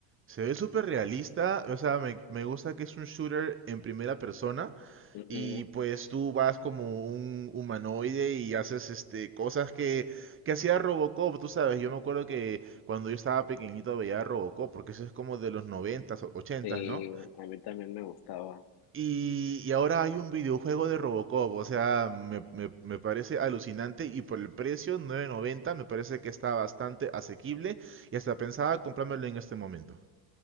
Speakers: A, on the right; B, on the left.
A: Se ve súper realista, o sea, me, me gusta que es un shooter en primera persona
B: Ujú,
A: y pues tú vas como un humanoide y haces este cosas que, que hacía Robocop, tú sabes, yo me acuerdo que cuando yo estaba pequeñito veía Robocop, porque eso es como de los noventas s 80
B: Sí,
A: ¿no?
B: a mí también me gustaba.
A: Y, y ahora hay un videojuego de Robocop, o sea, me, me- me parece alucinante y por el precio, 9.90, me parece que está bastante asequible y hasta pensaba comprármelo en este momento.